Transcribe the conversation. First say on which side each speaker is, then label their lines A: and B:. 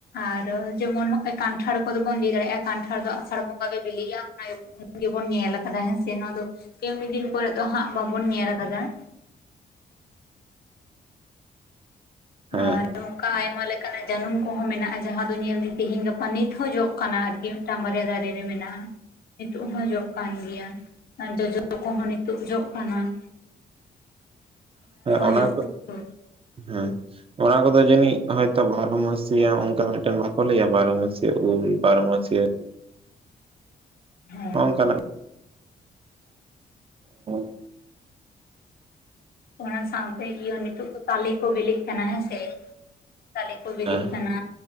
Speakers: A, on the left; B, on the right.
A: ᱟᱨ ᱡᱮᱢᱚᱱ ᱦᱚᱸᱜᱼᱚᱭ ᱠᱟᱱᱴᱷᱟᱲ ᱠᱚᱫᱚ ᱵᱚᱱ ᱤᱫ ᱫᱟᱲᱮᱭᱟᱜᱼᱟ ᱠᱟᱱᱴᱷᱟᱲ ᱫᱚ ᱟᱥᱟᱲ ᱵᱚᱸᱜᱟ ᱜᱮ ᱵᱤᱞᱤᱜᱼᱟ ᱚᱱᱟ ᱾ ᱜᱮᱵᱚᱱ ᱧᱮᱞ ᱟᱠᱟᱫᱟ ᱦᱮᱸ ᱥᱮ ᱱᱚᱶᱟ ᱫᱚ ᱠᱢᱱᱤ ᱫᱤᱱ ᱠᱚᱨᱮᱫ ᱫᱚ ᱦᱟᱸᱜ ᱵᱟᱵᱚᱱ ᱧᱮᱞ ᱟᱠᱟᱫᱟ ᱾
B: ᱦᱮᱸ
A: ᱟᱨ <unintelligible> ᱚᱱᱠᱟ ᱟᱭᱢᱟ ᱞᱮᱠᱟᱱᱟᱜ ᱡᱟᱹᱱᱩᱢ ᱠᱚᱦᱚᱸ ᱢᱮᱱᱟᱜᱼᱟ ᱡᱟᱦᱟᱸ ᱫᱚ ᱧᱮᱞ ᱫᱟᱹᱧ ᱛᱤᱦᱤᱧ ᱜᱟᱯᱟ ᱱᱤᱛ ᱦᱚᱸ ᱡᱚᱜ ᱠᱟᱱᱟ ᱟᱨᱠᱤ ᱾ ᱢᱤᱫ ᱴᱟᱝ ᱵᱟᱨᱤᱭᱟ ᱫᱟᱨᱮ ᱨᱮ ᱢᱮᱱᱟᱜᱼᱟ ᱱᱤᱛᱚᱜ ᱦᱚᱸ ᱡᱚᱜ ᱠᱟᱱ ᱜᱮᱭᱟ ᱟᱨ ᱡᱚᱻᱡᱚ ᱠᱚᱦᱚᱸ ᱱᱤᱛᱳᱜ ᱡᱚᱜ ᱠᱟᱱ ᱜᱮᱭᱟ ᱾
B: ᱦᱮᱸ ᱚᱱᱟ
A: ᱡᱚᱜ
B: ᱠᱚ
A: ᱠᱟᱱᱟ,
B: ᱦᱮᱸᱻ ᱚᱱᱟ ᱠᱚᱫᱚ ᱡᱟᱹᱱᱤᱡ ᱦᱚᱭᱛᱚ ᱵᱟᱨᱚ ᱢᱟᱥᱤᱭᱟ ᱚᱱᱠᱟ ᱢᱤᱫᱴᱮᱱ ᱵᱟᱠᱚ ᱞᱟᱹᱭᱟ ᱵᱟᱨᱚ ᱢᱟᱥᱤᱭᱟ ᱩᱞ ᱵᱟᱨᱚ ᱢᱟᱥᱤᱭᱟ ᱾
A: ᱦᱮᱸ
B: ᱦᱚᱸᱜᱚᱝ ᱠᱟᱱᱟᱜ <inaudible>
A: ᱚᱱᱟ ᱥᱟᱶᱛᱮ ᱤᱭᱟᱹ ᱱᱤᱛᱚᱜ ᱫᱚ ᱛᱟᱞᱮ ᱠᱚ ᱵᱤᱞᱤᱜ ᱠᱟᱱᱟ ᱦᱮᱸᱥᱮ ᱛᱟᱞᱮ ᱠᱚ ᱵᱤᱞᱤᱜ
B: ᱦᱮᱸ
A: ᱠᱟᱱᱟ